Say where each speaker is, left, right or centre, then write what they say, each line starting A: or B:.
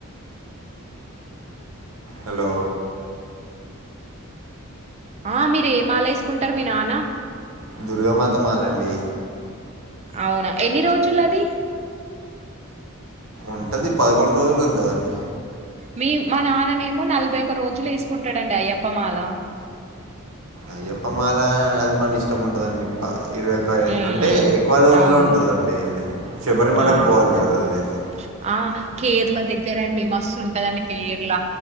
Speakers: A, on the right; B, on the right.
A: హలో
B: ఆ మీరే మాల ఎసుకుంటారు మీ నానా
A: దుర్గమాత మాలండి
B: అవునా ఎన్ని రోజుల అది
A: ఉంటది పదకొండు రోజులు ఉంటదండి
B: మీ మా నాన్ననేమో నలభై ఒక రోజులు వేసుకుంటాడండి అయ్యప్పమాల
A: అయ్యప్పమాల అది మనిష్ ఇష్టం ఉంటందండి ఇరవై ఒకఅంటే
B: ఉమ్ ఉమ్
A: ఎక్కువ రోజుల్లో
B: అవును
A: ఉంటందండి అది శబరిమలకి
B: ఆ
A: పోవాలి
B: అవునండి
A: కదా అదైతే
B: ఆ కేరళ దగ్గర అండి మస్తు ఉంటదండి కేరళ